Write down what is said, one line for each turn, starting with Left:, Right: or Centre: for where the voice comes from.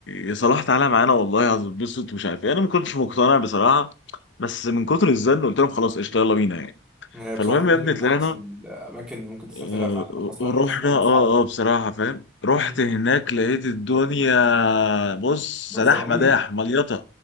Left: يا صلاح تعالى معانا والله هتتبسط ومش عارف ايه انا ما كنتش مقتنع بصراحه بس من كتر الزن قلت لهم خلاص قشطه يلا بينا يعني
Centre: هي
Left: فالمهم
Centre: بصراحة بيزي
Left: يا ابني
Centre: من
Left: طلعنا
Centre: أحسن الأماكن اللي ممكن تسافرها
Left: آه،
Centre: فعلا خاصة
Left: رحنا
Centre: إن أنت تسافر مع أصحابك
Left: اه اه بصراحه فاهم رحت
Centre: مم.
Left: هناك لقيت الدنيا بص
Centre: بزراميط
Left: سداح مداح مليطه